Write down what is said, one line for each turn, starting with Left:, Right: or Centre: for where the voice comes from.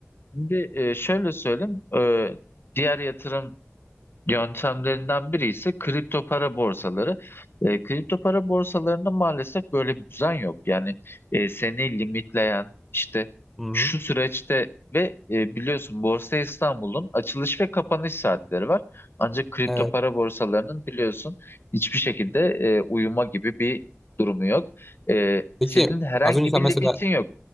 Left: Şimdi e, şöyle söyleyeyim, e, diğer yatırım yöntemlerinden biri ise kripto para borsaları. E, kripto para borsalarında maalesef böyle bir düzen yok. Yani e, seni limitleyen işte
Centre: Hı-hı.
Left: şu süreçte ve e, biliyorsun Borsa İstanbul'un açılış ve kapanış saatleri var. Ancak kripto
Centre: Evet.
Left: para borsalarının biliyorsun hiçbir şekilde e, uyuma gibi bir durumu yok. E, senin
Centre: Peki
Left: herhangi
Centre: az önce sen
Left: bir
Centre: mesela
Left: limitin yok.